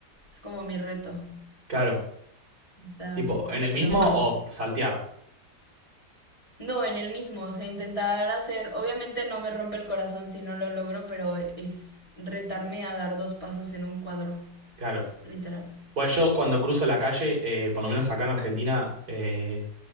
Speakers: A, on the left; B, on the right.
A: Es como mi reto.
B: claro.
A: O sea,
B: Tipo, en el mismo
A: pero
B: o saltear.
A: no en el mismo. O sea, intentar hacer, obviamente no me rompe el corazón si no lo logro, pero es retarme a dar dos pasos en un cuadro,
B: Claro.
A: literal.
B: Bueno, yo cuando cruzo la calle, eh, por lo menos acá en Argentina, eh,